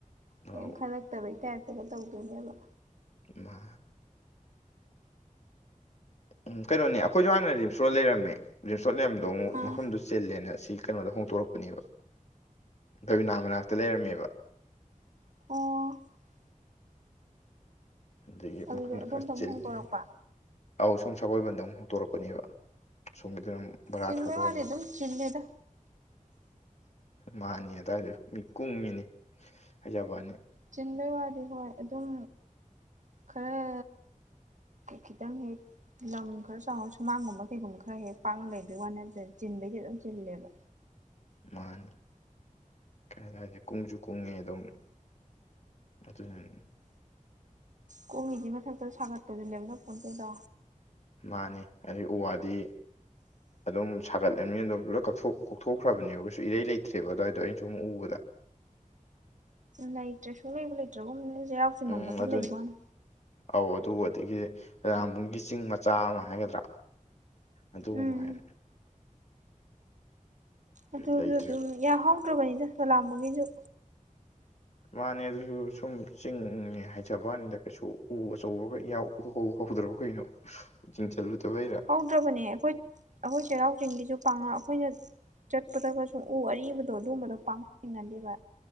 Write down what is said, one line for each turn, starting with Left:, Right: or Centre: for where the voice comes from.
Right: ꯀꯩꯝ
Left: ꯑꯧ
Right: ꯈꯜꯂꯛꯇꯕꯩ ꯇꯥꯏꯞꯇꯒ ꯇꯧꯗꯣꯏꯅꯦꯕ
Left: ꯃꯥ ꯎꯝ ꯀꯩꯅꯣꯅꯦ ꯑꯈꯣꯏꯖꯨ ꯍꯥꯟꯅ ꯔꯤꯝꯁ ꯔꯣꯗ ꯂꯩꯔꯝꯃꯦ ꯔꯣꯗ ꯂꯩꯔꯝꯕꯗꯣ ꯑꯃꯨꯛ
Right: ꯑꯥ
Left: ꯃꯐꯝꯗꯣ ꯆꯤꯜꯂꯦꯅ ꯑꯁꯤ ꯁꯤ ꯀꯩꯅꯣꯗ ꯍꯣꯡꯇꯣꯔꯛꯄꯅꯦꯕ ꯕꯕꯤꯅꯥ ꯃꯅꯥꯛꯇ ꯂꯩꯔꯝꯃꯦꯕ
Right: ꯑꯣ
Left: ꯑꯗꯒꯤ
Right: ꯑꯗꯨꯗ
Left: ꯃꯐꯝꯗꯣ
Right: ꯑꯗꯣꯝꯇꯪ
Left: ꯈꯔ ꯆꯤꯜꯂꯦ
Right: ꯍꯣꯡꯇꯣꯔꯛꯄ
Left: ꯑꯧ ꯁꯣꯝ ꯁꯒꯣꯜꯕꯟꯗ ꯑꯃꯨꯛ ꯍꯣꯡꯇꯣꯔꯛꯄꯅꯦꯕ ꯁꯣꯝꯒꯤꯗꯨꯅ ꯚꯔꯥ
Right: ꯆꯤꯟꯕꯩ
Left: ꯊꯥꯗꯣꯛꯑꯝꯃꯒ
Right: ꯋꯥꯗꯤ ꯑꯗꯨꯝ ꯆꯤꯜꯂꯦꯗ
Left: ꯃꯥꯅꯤ ꯑꯗꯋꯥꯏꯗꯖꯨ ꯃꯤ ꯀꯨꯡꯉꯤꯅꯤ ꯍꯥꯏꯖꯕꯥꯅꯤ
Right: ꯆꯤꯟꯕꯩ ꯋꯥꯗꯤ ꯍꯣꯏ ꯑꯗꯨꯝ ꯈꯔ ꯈꯤꯇꯪ ꯍꯦꯛ ꯂꯝ ꯈꯔ ꯆꯥꯎ ꯁꯨꯃꯥꯡꯒꯨꯝꯕ ꯀꯩꯒꯨꯝꯕ ꯈꯔ ꯍꯦꯛ ꯄꯥꯛꯅ ꯂꯩꯕꯩ ꯋꯥꯅꯤ ꯅꯠꯇ꯭ꯔꯗꯤ ꯑꯗꯨꯝ ꯆꯤꯜꯂꯦꯕ
Left: ꯃꯥꯅꯦ ꯀꯗꯥꯏꯗꯩꯩ ꯀꯨꯡꯁꯨ ꯀꯨꯡꯉꯦ ꯑꯗꯨꯝ ꯑꯗꯨꯅꯅꯤ
Right: ꯀꯨꯡꯉꯤꯖꯤ ꯃꯊꯛꯇ ꯁꯥꯒꯠꯄꯖꯨ ꯂꯦꯞꯅꯄꯣꯟꯇꯦꯗꯣ
Left: ꯃꯥꯅꯦ ꯑꯗꯩ ꯎ ꯋꯥꯗꯤ ꯑꯗꯨꯝ ꯁꯥꯒꯠꯂꯕꯅꯤꯅ ꯑꯗꯨꯝ ꯀꯛꯊꯣꯛ ꯀꯣꯛꯊꯣꯛꯈ꯭ꯔꯕꯅꯦꯕ ꯍꯨꯖꯤꯛ ꯏꯔꯩ ꯂꯩꯇ꯭ꯔꯦꯕ ꯑꯗꯨꯋꯥꯏꯗꯣ ꯑꯩꯅ ꯁꯨꯝ ꯎꯕꯗ
Right: ꯂꯩꯇ꯭ꯔꯁꯨ ꯁꯨꯛꯂꯩꯕꯨ ꯂꯩꯇ꯭ꯔꯒꯨꯝꯅꯤ ꯆꯩꯔꯥꯎꯆꯤꯡꯔꯣꯝꯗ
Left: ꯎꯝ
Right: ꯈꯔ
Left: ꯑꯗꯨ
Right: ꯂꯩꯕ ꯋꯥꯅꯤ
Left: ꯑꯧ ꯑꯗꯨ ꯑꯗꯒꯤ ꯑꯔꯥꯝꯕꯨꯡꯒꯤ ꯆꯤꯡ ꯃꯆꯥ ꯑꯃ ꯍꯥꯏꯒꯗ꯭ꯔꯥ ꯑꯗꯨ
Right: ꯎꯝ
Left: ꯃꯉꯥꯏꯔꯦ
Right: ꯑꯗꯨꯖꯨ
Left: ꯂꯩꯇ꯭ꯔꯦꯕ
Right: ꯑꯗꯨꯝ ꯌꯥꯍꯧꯗ꯭ꯔꯥꯕꯅꯤꯗ ꯂꯂꯥꯝꯕꯨꯡꯒꯤꯖꯨ
Left: ꯃꯥꯅꯦ ꯑꯗꯨꯁꯨ ꯁꯨꯝ ꯆꯤꯡꯅꯦ ꯍꯥꯏꯖꯕꯋꯥꯅꯤꯗ ꯀꯩꯁꯨ ꯎ ꯑꯆꯧꯕꯒ ꯏꯌꯥꯎ ꯎꯍꯧ ꯍꯧ ꯎꯗ꯭ꯔꯕ ꯀꯩꯅꯣ ꯌꯦꯡꯁꯤꯜꯂꯨꯗꯕꯩꯔ
Right: ꯍꯧꯗ꯭ꯔꯕꯅꯦ ꯑꯩꯈꯣꯏ ꯑꯩꯈꯣꯏ ꯆꯩꯔꯥꯎ ꯆꯤꯡꯒꯤꯖꯨ ꯄꯥꯡ ꯑꯩꯈꯣꯏꯅ ꯆꯠꯄꯗꯒ ꯁꯨꯝ ꯎ ꯑꯔꯤꯕꯗꯣ ꯑꯗꯨꯒꯝꯕꯗꯣ ꯄꯥꯛꯅ ꯊꯦꯡꯅꯗꯦꯕ